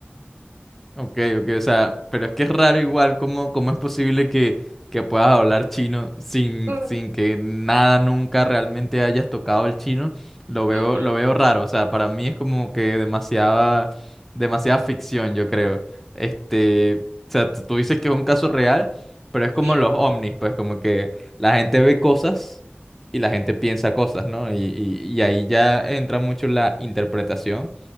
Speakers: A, in the centre; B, on the right.
A: Ok, ok, o sea, pero es que es raro igual cómo, cómo es posible que, que puedas hablar chino sin,
B: Mm,
A: sin que nada nunca realmente hayas tocado el chino. Lo veo,
B: ujú,
A: lo veo raro, o sea, para mí es como que demasiada, demasiada ficción, yo creo. Este, o sea, t- tú dices que es un caso real, pero es como
B: sí.
A: los ovnis, pues como que la gente ve cosas y la gente piensa cosas, ¿no? Y, y, y ahí ya entra mucho la interpretación